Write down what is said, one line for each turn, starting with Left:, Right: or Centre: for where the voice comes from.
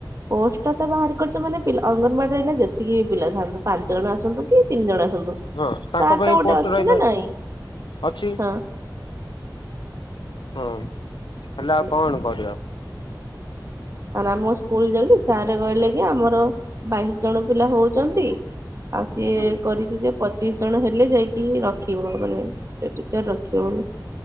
Right: ପୋଷ୍ଟଟାତ ବାହାର କରିଛ ମାନେ ପିଲା ଅଙ୍ଗନବାଡିରେ ଏଇନା ଯେତିକି ପିଲାଥାନ୍ତୁ ପାଞ୍ଚ ଜଣ ଆସନ୍ତୁକି ତିନି ଜଣ ଆସନ୍ତୁ।
Left: ହଁ ତାଙ୍କ
Right: ତାରତ
Left: ପାଇଁ
Right: ଗୋଟେ
Left: ପୋଷ୍ଟ
Right: ଅଛିନା
Left: ରହିବା
Right: ନାଇଁ
Left: ଅଛି
Right: ହଁ।
Left: ହଁ ହେଲେ
Right: ଏମତି
Left: ଆଉ କଣ କରିବା।
Right: ଆରେ ଆମ ସ୍କୁଲ ଜଲଦି ସାର କହିଲେକି ଆମର ବାଇଶି ଜଣ ପିଲା ହଉଛନ୍ତି। ଆଉ ସିଏ
Left: ହୁଁ
Right: କରିଛିଯେ ପଚିଶିଜଣ ହେଲେ ଯାଇକି ରଖିବ ମାନେ ଗୋଟେ ଟିଚର ରଖିବ ବୋଲି।